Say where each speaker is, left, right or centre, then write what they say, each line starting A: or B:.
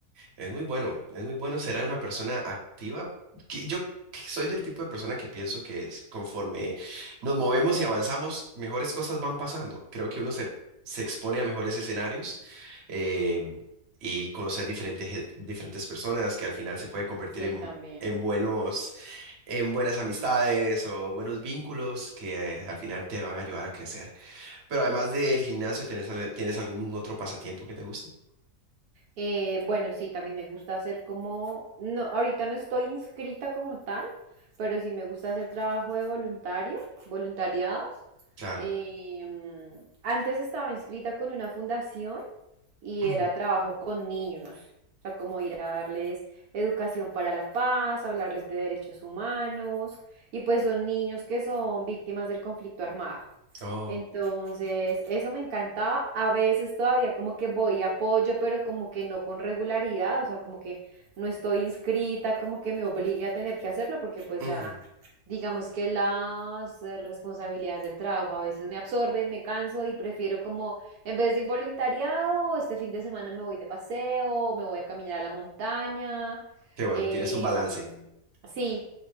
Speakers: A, on the right; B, on the right.
A: Es muy bueno, es muy bueno ser una persona activa. que Yo que soy del tipo de persona que pienso que es conforme nos movemos y avanzamos, mejores cosas van pasando. Creo que uno se, se expone a mejores escenarios eh, y conocer diferentes, gen- diferentes personas que al final se puede convertir
B: Sí,
A: en,
B: también.
A: en buenos, en buenas amistades o buenos vínculos que eh, al final te van a ayudar a crecer. Pero además del gimnasio, ¿tienes, al- tienes algún otro pasatiempo que te guste?
B: Eh, bueno, sí, también me gusta hacer como, no, ahorita no estoy inscrita como tal, pero sí me gusta hacer trabajo de voluntario, voluntariados.
A: Claro.
B: Eh, mm, antes estaba inscrita con una fundación y
A: Ujú.
B: era trabajo con niños, o sea, como ir a darles educación para la paz, hablarles de derechos humanos, y pues son niños que son víctimas del conflicto armado.
A: Oh.
B: Entonces, eso me encantaba. A veces todavía como que voy y apoyo, pero como que no con regularidad, o sea, como que no estoy inscrita, como que me obligue a tener que hacerlo, porque pues
A: ujú.
B: ya, digamos que las eh, responsabilidades del trabajo a veces me absorben, me canso y prefiero como, en vez de un voluntariado, este fin de semana me voy de paseo, me voy a caminar a la montaña.
A: Qué bueno,
B: em,
A: tienes un balance.
B: sí.